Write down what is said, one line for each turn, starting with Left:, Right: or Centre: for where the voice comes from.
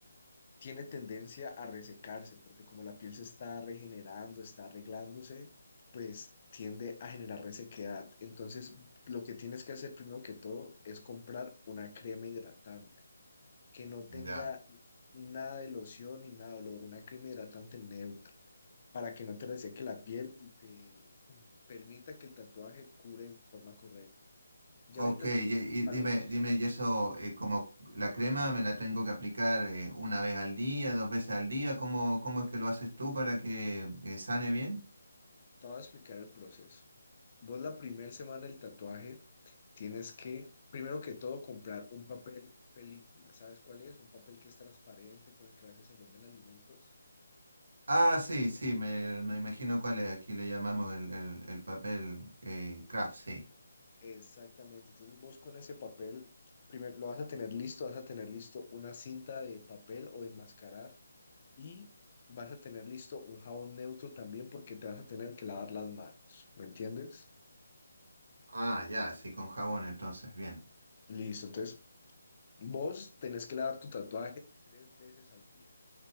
Left: tiene tendencia a resecarse, porque como la piel se está regenerando, está arreglándose, pues tiende a generar resequedad. Entonces, lo que tienes que hacer primero que todo es comprar una crema hidratante que no tenga
Right: Ya.
Left: nada de loción ni nada de olor, una crema hidratante neutra, para que no te reseque la piel y te mm, permita que el tatuaje cure de forma correcta. Ya
Right: Ok,
Left: ahorita
Right: y,
Left: si
Right: y dime,
Left: hablamos
Right: dime, y eso, eh, como la crema me la tengo que aplicar eh, una vez al día, dos veces al día, ¿cómo, cómo es que lo haces tú para que eh, sane bien?
Left: te voy a explicar el proceso. Vos la primera semana del tatuaje tienes que, primero que todo, comprar un papel película. ¿Sabes cuál es? Un papel que es transparente, con el que a veces se envuelven alimentos.
Right: Ah, sí, sí, me, me imagino cuál es, aquí le llamamos el, el- el papel eh, Kraft, sí.
Left: Exactamente. Entonces vos con ese papel, primero lo vas a tener listo, vas a tener listo una cinta de papel o de enmascarar y vas a tener listo un jabón neutro también porque te vas a tener que lavar las manos. ¿Me entiendes?
Right: Ah, ya, sí, con jabón entonces, bien.
Left: Listo. Entonces vos tenés que lavar tu tatuaje tres veces al día.